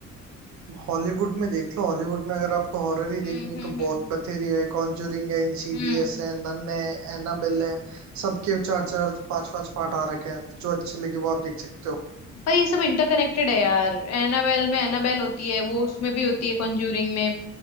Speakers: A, on the right; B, on the left.
A: हॉलीवुड में देख लो हॉलीवुड में अगर आपको हॉरर ही
B: हम्म
A: देखनी है
B: हम्म
A: तो
B: हम्म
A: बहुत बथेरी है कॉन्जरिंग है इनसीडियस
B: हम्म
A: है नन है एनाबेल है सबके चार चार पांच पांच पार्ट आ रखे हैं तो जो अच्छे लगे वो आप देख सकते हो
B: पर ये सब इंटरकनेक्टेड है यार एनाबेल में एनाबेल होती है वो उसमें भी होती है कॉन्ज्यूरिंग में